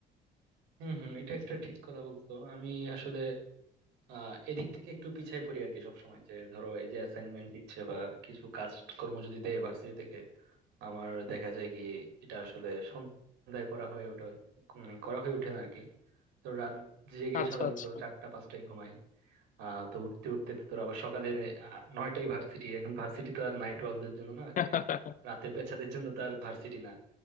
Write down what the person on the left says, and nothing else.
আচ্ছা
আচ্ছা
<laughs>